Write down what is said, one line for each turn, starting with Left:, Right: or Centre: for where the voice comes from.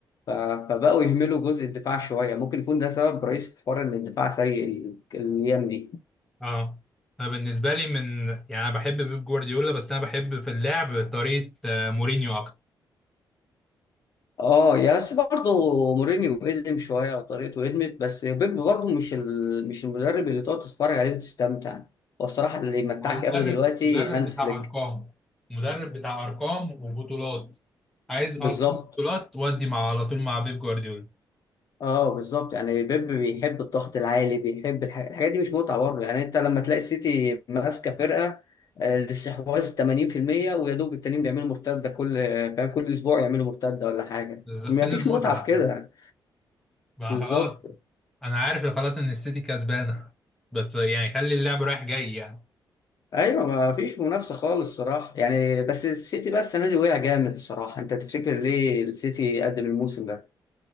Left: ف- فبقوا يهملوا جزء الدفاع شوية ممكن يكون ده سبب رئيسي في حوار ان الدفاع سيء ال- الايام دي
Centre: اه انا بالنسبه لي من يعني انا بحب بيب جوارديولا بس انا بحب في اللعب طريقه آه، مورينيو اكتر
Left: اه يا بس برضه مورينيو قدم شوية او طريقته قدمت بس بيب برضه مش ال... مش المدرب اللي تقعد تتفرج عليه وتستمتع والصراحة اللي يمتعك
Centre: هو مدرب
Left: قوي دلوقتي
Centre: مدرب
Left: هانز
Centre: بتاع
Left: فليك
Centre: ارقام مدرب بتاع ارقام وبطولات عايز
Left: بالظبط
Centre: ارقام وبطولات ودي مع على طول مع بيب جوارديولا
Left: اه بالظبط يعني بيب بيحب الضغط العالي بيحب الح- الحاجات دي مش متعه برضه يعني انت لما تلاقي السيتي ماسكه فرقه آه، الاستحواذ 80% ويا دوب التانيين بيعملوا مرتده كل فاهم كل اسبوع يعملوا مرتده ولا حاجه
Centre: بالظبط.
Left: ما
Centre: فين
Left: فيش
Centre: المتعه
Left: متعه في كده
Centre: ما
Left: بالظبط
Centre: خلاص انا عارف خلاص ان السيتي كسبانه بس يعني خلي اللعب رايح جاي يعني
Left: ايوه ما فيش منافسه خالص الصراحه يعني بس السيتي بقى السنه دي وقع جامد الصراحه انت تفتكر ليه السيتي قدم الموسم ده